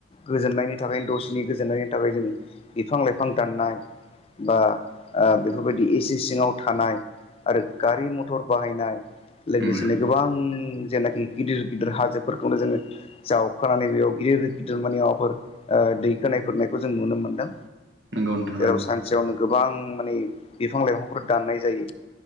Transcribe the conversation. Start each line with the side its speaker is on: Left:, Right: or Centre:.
Left: गोजोननायनि थाखायनो दसे नि गोजोननायनि थाखाय जों बिफां-लाइफां दाननाय बा ओ बेफोरबायदि एसि सिङाव थानाय आरो गारि-मथर बाहायनाय लोगोसेनो
Right: उम
Left: गोबां जेनाखि गिदिर गिदिर हाजोफोरखौनो जोङो जावखानानै बेयाव गिदिर गिदिर माने माबाफोर ओ दै होनायफोरनायखौ जों नुनो मोनदों
Right: नंगौ नोंथां
Left: जेराव
Right: नंगौ
Left: सानसेयावनो गोबां मानि बिफां-लाइफांखौ दाननाय जायो।